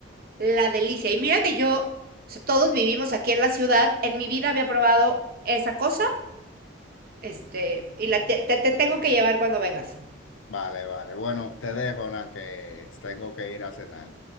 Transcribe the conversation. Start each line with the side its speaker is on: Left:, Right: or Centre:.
Right: la delicia. Y mira que yo, o sea, todos vivimos aquí en la ciudad, en mi vida había probado esa cosa, este, y la te, te- te tengo que llevar cuando vengas.
Left: Vale, vale. Bueno, te dejo, Nan, que tengo que ir a cenar.